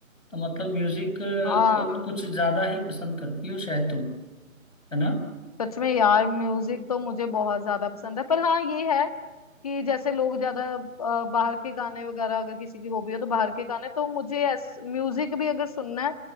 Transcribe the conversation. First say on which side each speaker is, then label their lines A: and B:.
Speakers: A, on the left; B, on the left.
A: तो मतलब म्यूजिक को
B: हाँ
A: कुछ ज्यादा ही पसंद करती हो शायद तुम है ना
B: सच में यार म्यूजिक तो मुझे बहुत ज्यादा पसंद है पर हाँ ये है कि जैसे लोग ज्यादा अ, बाहर के गाने वगैरह अगर किसी की हॉबी हो तो बाहर के गाने तो मुझे म्यूजिक भी अगर सुनना है